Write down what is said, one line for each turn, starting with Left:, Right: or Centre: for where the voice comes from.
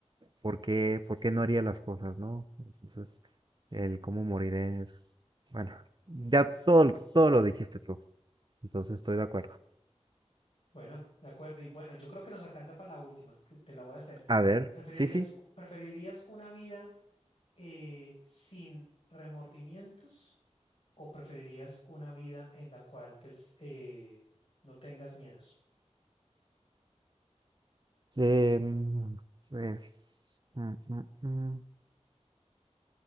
Right: ¿por qué, por qué no haría las cosas, ¿no? Entonces, el cómo moriré es, bueno, ya todo, todo lo dijiste tú, entonces estoy de acuerdo.
Left: Bueno, de acuerdo. Y bueno, yo creo que nos alcanza para la última, que te la voy a hacer.
Right: A ver,
Left: ¿Preferirías,
Right: sí, sí.
Left: preferirías una vida eh, sin remordimientos o preferirías una vida en la cual pues eh, no tengas miedos?
Right: Em, pues, mm, mm, mm,